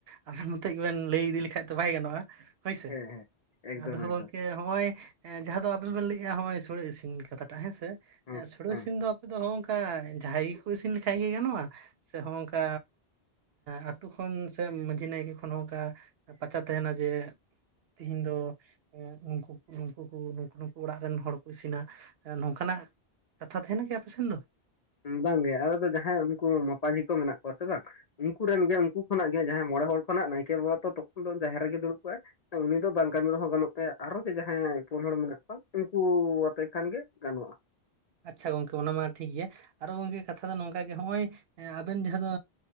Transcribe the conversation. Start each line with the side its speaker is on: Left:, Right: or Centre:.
Right: ᱟᱫᱚ ᱱᱤᱛᱚᱜ ᱜᱮᱵᱤᱱ ᱞᱟᱹᱭ ᱤᱫᱤ ᱞᱮᱠᱷᱟᱱ ᱫᱚ ᱵᱟᱭ ᱜᱟᱱᱚᱜᱼᱟ ᱦᱩᱭ ᱥᱮ
Left: ᱦᱮᱸ ᱦᱮᱸ ᱮᱠᱫᱚᱢ
Right: ᱟᱫᱚ
Left: ᱮᱠᱫᱚᱢ
Right: ᱜᱚᱝᱠᱮ ᱦᱚᱸᱜᱼᱚᱭ ᱡᱟᱸᱦᱟ ᱫᱚ ᱟᱵᱤᱱ ᱵᱤᱱ ᱞᱟᱹᱭ ᱮᱼᱟ ᱱᱚᱜᱼᱚᱭ ᱥᱲᱮ ᱤᱥᱤᱱ ᱠᱟᱛᱷᱟᱴᱟᱜ ᱦᱮᱸᱥᱮ
Left: ᱦᱮᱸ
Right: ᱥᱲᱮ
Left: ᱦᱮᱸ
Right: ᱤᱥᱤᱱ ᱫᱚ ᱟᱯᱮ ᱫᱚ ᱦᱚᱜᱝᱠᱟ᱾ ᱡᱟᱦᱟᱸᱭ ᱜᱮ ᱠᱚ ᱤᱥᱤᱱ ᱞᱮᱠᱷᱟᱡ ᱜᱮ ᱜᱟᱱᱚᱜᱼᱟ ᱥᱮ ᱦᱚᱸᱜ ᱚᱝᱠᱟ ᱟᱹᱛᱩ ᱠᱷᱚᱱ ᱥᱮ ᱢᱟᱹᱡᱷᱤ ᱱᱟᱭᱠᱮ ᱠᱷᱚᱱ ᱦᱚᱸ ᱚᱱᱠᱟ ᱯᱟᱪᱟ ᱛᱟᱦᱮᱱᱟ ᱡᱮ ᱛᱮᱦᱤᱧ ᱫᱚ ᱮᱸᱜ ᱱᱩᱠᱩ ᱠᱚ ᱱᱩᱠᱩ ᱚᱲᱟᱜ ᱨᱮᱱ ᱦᱚᱲ ᱠᱚ ᱤᱥᱤᱱᱟ ᱮ ᱱᱚᱝᱠᱟᱱᱟᱜ ᱠᱟᱛᱷᱟ ᱛᱟᱦᱮᱱᱟ ᱠᱤ ᱟᱯᱮᱥᱮᱱ ᱫᱚ
Left: ᱵᱟᱝᱜᱮ ᱟᱞᱮᱫᱚ ᱡᱟᱦᱟᱸᱭ ᱩᱱᱠᱩ ᱢᱟᱯᱟᱡᱤ ᱠᱚ ᱢᱮᱱᱟᱜ ᱠᱚᱣᱟ ᱥᱮ ᱵᱟᱝ ᱩᱱᱠᱩ ᱨᱮᱱ ᱜᱮ ᱩᱱᱠᱩ ᱠᱷᱚᱱᱟᱜ ᱜᱮ ᱡᱟᱸᱦᱟᱭ ᱢᱚᱲᱮ ᱦᱚᱲ ᱠᱷᱚᱱᱟᱜ ᱱᱟᱭᱠᱮ ᱵᱟᱵᱟ ᱛᱚᱠᱷᱚᱱ ᱫᱚ ᱡᱟᱦᱮᱨ ᱨᱮᱜᱮ ᱫᱩᱲᱩᱵ ᱠᱚᱜᱟᱭ᱾ ᱩᱱᱤ ᱫᱚ ᱵᱟᱝ ᱠᱟᱹᱢᱤ ᱨᱮᱦᱚᱸ ᱜᱟᱱᱚᱜ ᱛᱟᱭᱟ ᱟᱨᱚ ᱡᱮ ᱡᱟᱦᱟᱸᱭ ᱯᱩᱱ ᱦᱚᱲ ᱢᱮᱱᱟᱜ ᱠᱚᱣᱟ ᱩᱱᱠᱩ ᱟᱛᱮ ᱠᱷᱟᱱ ᱜᱮ ᱜᱟᱱᱚᱜᱼᱟ᱾
Right: ᱟᱪᱪᱷᱟ ᱜᱚᱝᱠᱮ ᱚᱱᱟ ᱢᱟ ᱴᱷᱤᱠ ᱜᱮᱭᱟ ᱟᱨᱚ ᱜᱚᱝᱠᱮ ᱠᱟᱛᱷᱟ ᱫᱚ ᱱᱚᱝᱠᱟ ᱜᱮ ᱱᱚᱜᱼᱚᱭ᱾ ᱦᱮᱸ ᱟᱵᱮᱱ ᱡᱟᱸᱦᱟ ᱫᱚ